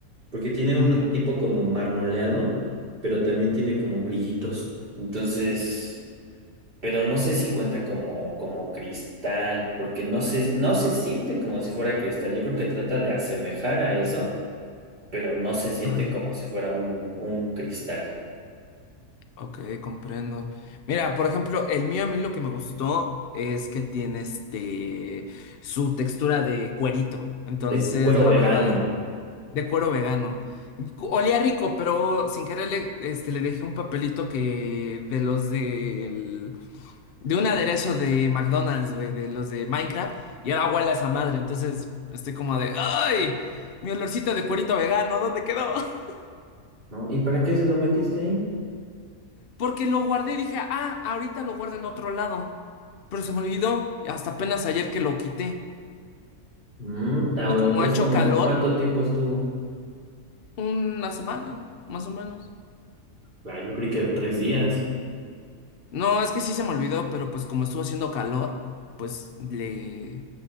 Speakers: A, on the right; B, on the left.
A: porque tiene un
B: Mm,
A: tipo como marmoleado, pero también tiene como brillitos. Entonces, pero no sé si cuenta como, como cristal, porque no se, no se siente como si fuera cristal. Yo creo que trata de asemejar a eso pero no se siente
B: ajá.
A: como si fuera un, un cristal
B: Ok, comprendo. Mira, por ejemplo, el mío a mí lo que me gustó es que tiene este su textura de cuerito. Entonces,
A: de cuero
B: la
A: vegano,
B: verdad, de cuero vegano. Olía rico, pero sin querer le, este, le dejé un papelito que de los del- de un aderezo de McDonald's, güey, de los de Minecraft, y era huele a esa madre. Entonces, estoy como de, ¡ay! Mi olorcito de cuerito vegano, ¿dónde quedó? <laughs>
A: ¿no? ¿Y para qué se lo metiste ahí?
B: Porque lo guardé y dije, ah, ahorita lo guardo en otro lado. pero se me olvidó hasta apenas ayer que lo quité.
A: Mm, ta-
B: Y como
A: y entonces,
B: ha hecho
A: como,
B: calor,
A: ¿cuánto tiempo estuvo?
B: una semana, más o menos.
A: Ah, yo creí que tres días.
B: No, es que sí se me olvidó, pero pues como estuvo haciendo calor, pues le